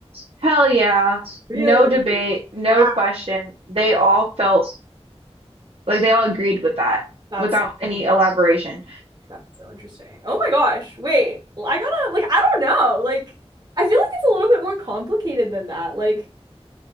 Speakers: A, on the right; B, on the right.
A: hell yeah,
B: Really?
A: no debate, no
B: Wow.
A: question." They
B: Wow.
A: all felt like they all agreed with that
B: That's
A: without any elaboration.
B: that's so interesting. Oh my gosh. Wait. I I gotta like I don't know. Like I feel like it's a little bit more complicated than that. Like